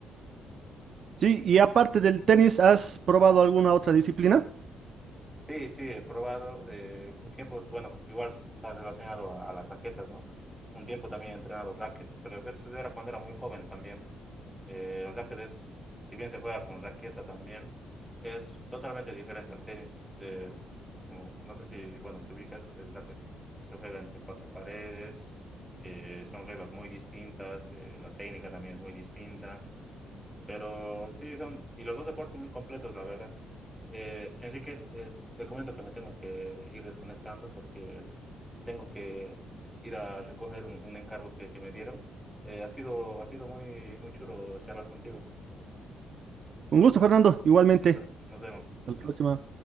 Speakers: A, on the right; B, in the centre.
A: Sí, y aparte del tenis, ¿has probado alguna otra disciplina?
B: Sí, sí, he probado eh, un tiempo, bueno, igual está relacionado a, a las raquetas, ¿no? Un tiempo también he entrenado racket, pero eso era cuando era muy joven también. Eh, el racket es, si bien se juega con raqueta también, es totalmente diferente al tenis. Eh, como, no sé si, bueno, si ubicas, el racket se juega entre cuatro paredes, eh, son reglas muy distintas, eh, la técnica también es muy distinta. Pero sí, son, y los dos deportes muy completos, la verdad. Eh, Enrique, eh, te comento que me tengo que ir desconectando porque tengo que ir a recoger un, un encargo que, que me dieron. Eh, ha sido, ha sido muy, muy chulo charlar contigo.
A: Un gusto, Fernando, igualmente.
B: Listo, nos vemos. Chao,
A: Hasta la
B: chao.
A: próxima.